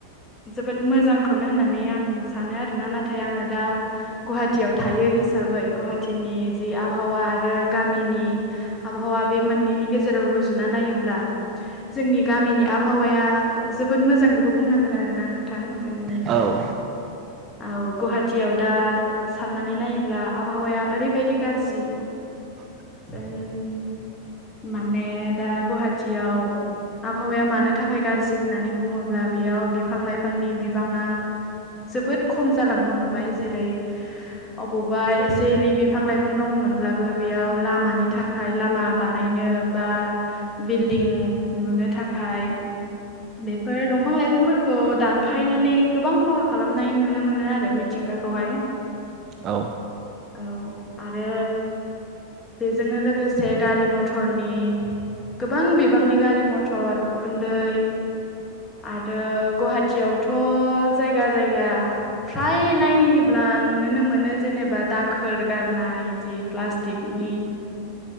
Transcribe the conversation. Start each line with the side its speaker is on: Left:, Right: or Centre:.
Left: जोबोद मोजांखौनो होननानै आं सानो आरोना नाथाय आङो दा गुवाहाटियाव थायो हिस साबै गुवाहाटिनि जि आबहावा आरो गामिनि आबहावा बे मोननैनि गेजे जेराव रुजुना नायोब्ला जोंनि गामिनि आबहावाया जोबोद मोजां बेखौ बुंनांगोन आरोना नोंथां जोंनि
Right: औ
Left: औ गुवाहाटियाव दा साननानै नायोब्ला आबहावाया ओरैबायदि गारजि
Right: <inaudible>
Left: ओं माने दा गुवाहाटियाव आबहावाया मानो थाखाय गाज्रि होननानै बुङोब्ला बेयाव बिफां लाइफांनि बिबाङा जोबोद खम जालांनो हमबाय जेरै अबावबा एसे एनै बिफां लाइफां दङमोनब्लाबो बेयाव लामानि थाखाय लामा बानाय बानायनो बा बिल्डिं लुनो थाखाय बेफोर दंफां लाइफांफोरखौ दानफायनानै गोबां खहा खालामनाय नुनो मोनो आरो मिथिंगाखौहाय
Right: औ
Left: औ आरो बेजोंनो लोगोसे गारि मथ रनि गोबां बिबांनि गारि मथर उखुन्दै आरो गुवाहाटियावथ जायगा जायगा फ्राय नायोब्ला नुुनोनो मोनो जेनेबा दाखोर गारनाय जि प्लास्टिकनि
Right: <inaudible>